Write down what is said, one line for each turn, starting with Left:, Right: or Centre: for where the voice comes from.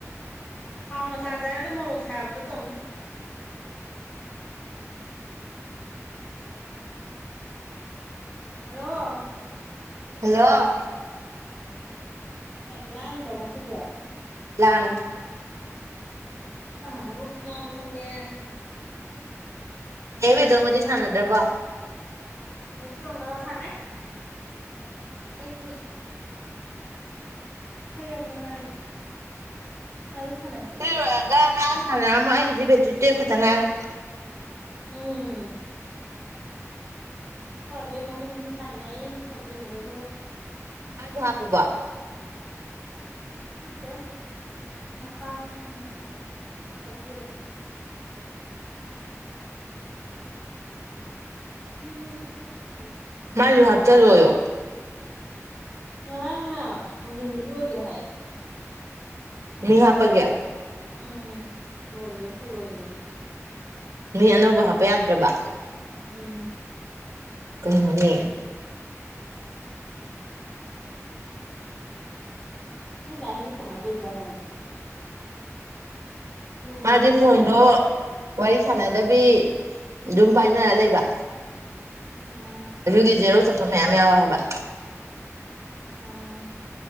Left: ꯍꯥꯎꯅ ꯆꯥꯖꯔꯒ ꯃꯣꯔꯣꯛ ꯁꯥꯕꯗꯣ ꯇꯧꯅꯤ ꯍꯜꯂꯣ
Right: ꯍꯜꯂꯣ
Left: ꯌꯥꯝ ꯂꯥꯡꯗꯉ ꯁꯤꯖ
Right: ꯂꯥꯡ
Left: ꯃ ꯂꯟꯅꯦ
Right: ꯅꯕꯦꯗꯣꯃꯗꯤ ꯁꯥꯟꯅꯗ꯭ꯔꯕꯣ
Left: ꯅꯁꯨ ꯗꯣꯡꯒꯔꯁꯅ ꯑꯩ ꯃꯤ ꯁꯤ ꯑꯂꯦ ꯃꯥ ꯍꯥꯏꯥꯏ ꯊꯅꯦ
Right: ꯁꯤ ꯂꯣꯏꯔꯒ ꯉꯥꯡꯒ ꯁꯥꯟꯅꯔꯝꯃꯣ ꯑꯩꯒꯤꯗꯤ ꯕꯦꯇ꯭ꯔꯤ ꯇꯨꯌꯦꯞ ꯈꯛꯇ ꯉꯥꯏꯔꯦ
Left: ꯎꯝ ꯍꯣꯏ ꯕꯦꯝ ꯃꯈꯣꯏꯅꯁꯨ ꯁꯥꯟꯅꯩ ꯕꯦꯝꯃꯒꯁꯨ
Right: ꯑꯁꯨ ꯍꯥꯞꯄꯕꯣ
Left: ꯃꯠꯇꯦ ꯃꯄꯒꯤ ꯁꯥꯟ ꯍꯗ ꯃꯅꯤꯒꯦ ꯂꯩꯥꯏ ꯁꯤ ꯃ ꯁꯖꯥꯈꯤ
Right: ꯃꯥꯁꯨ ꯍꯥꯞꯆꯜꯔꯣꯏꯣ
Left: ꯉꯔꯥꯡꯅ ꯅꯨꯃꯤꯠ ꯂꯣꯏꯒꯦꯔꯦ ꯍꯥꯏꯌꯦ
Right: ꯃꯤ ꯍꯥꯄꯒꯦ
Left: ꯎꯝ ꯂꯣꯏꯈꯔꯦ ꯑꯩ ꯐꯨꯜ ꯂꯣꯏꯒꯔꯦ
Right: ꯃꯤ ꯑꯅꯧꯕ ꯍꯥꯞꯄ ꯌꯥꯗ꯭ꯔꯕ
Left: ꯎꯝ
Right: ꯎꯅꯤ
Left: ꯅ ꯗꯥꯏꯔꯤ ꯀꯃꯥꯏꯇꯩꯖꯥꯨꯅꯦ ꯂꯨꯗ꯭ꯔꯣ
Right: ꯃꯥꯗꯤ
Left: ꯃꯥꯏꯗꯨꯗꯤ
Right: ꯐꯗꯣ ꯋꯥꯔꯤ ꯁꯥꯟꯅꯗꯕꯤ ꯑꯗꯨꯝ ꯄꯥꯏꯅꯔ ꯂꯩꯕ
Left: ꯎꯝ
Right: ꯑꯗꯨꯗꯤ ꯖꯦꯔꯣ ꯆꯠꯄ ꯃꯌꯥꯝ ꯌꯥꯎꯋ ꯍꯥꯏꯕ
Left: ꯎꯝ